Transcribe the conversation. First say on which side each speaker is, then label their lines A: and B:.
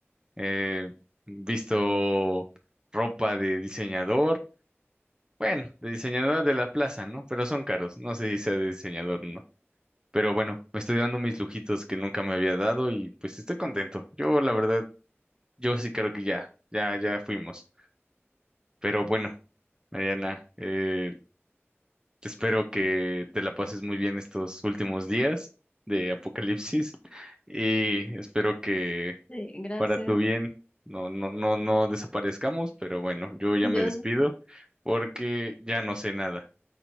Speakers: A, on the right; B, on the left.
A: eh, visto ropa de diseñador, bueno, de diseñador de la plaza, ¿no? Pero son caros, no sé si sea de diseñador o no. Pero bueno, me estoy dando mis lujitos que nunca me había dado y pues estoy contento. Yo, la verdad, yo sí creo que ya, ya, ya fuimos. Pero bueno, Mariana, eh, espero que te la pases muy bien estos últimos días de Apocalipsis y espero que
B: Sí, gracias.
A: para tu bien, no, no, no, no desaparezcamos, pero bueno, yo ya
B: Yo,
A: me despido porque ya no sé nada.